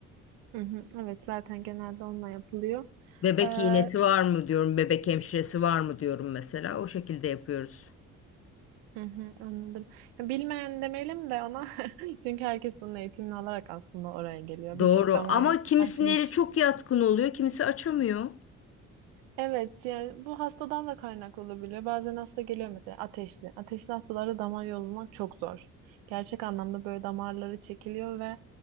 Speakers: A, on the right; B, on the left.
A: Hı hı, evet zaten genelde onunla yapılıyor.
B: Bebek
A: Ee, hı
B: iğnesi var mı diyorum. Bebek hemşiresi var mı diyorum mesela. O şekilde yapıyoruz.
A: hı, anladım. Ya, Bilmeyen demeyelim de ona <laughs> çünkü herkes bunun eğitimini alarak aslında oraya geliyor.
B: Doğru
A: Birçok damar
B: ama
A: yolunu
B: kimisinin
A: açmış.
B: eli çok yatkın oluyor, kimisi açamıyor.
A: Evet yani bu hastadan da kaynaklı olabiliyor. Bazen hasta geliyor mesela ateşli. Ateşli hastalara damar yolu bulmak çok zor. Gerçek anlamda böyle damarları çekiliyor ve